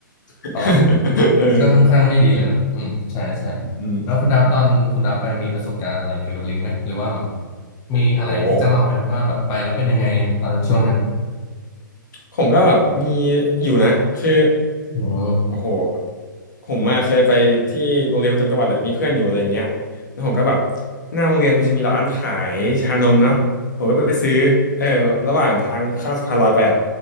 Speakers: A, on the left; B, on the left.
A: <laughs>
B: ต่อ
A: เออ
B: ก็ค่อนข้างไม่ดีเลยนะอืมใช่ใช่
A: เอออื
B: แล้วคุณดาวตอนคุณดาวไปมีประสบการณ์อะไรเกี่ยวกับลิงไหมหรือว่าแบบ
A: ม
B: มีอะไรที่จะเล่าไหมว่าแบบไปแล้วเป็นยังไงตอนช่วงนั้น
A: โอ้ผมก็แบบมีอยู่นะคือ
B: อืม
A: โอ้โหผมอะเคยไปที่โรงเรียนประจำจังหวัดแหละมีเพื่อนอยู่อะไรเงี้ยแล้วผมก็แบบหน้าโรงเรียนมันจะมีร้านขายชานมเนาะผมก็ไปซื้อเออระหว่างทางข้ามสะพานลอยไปอะ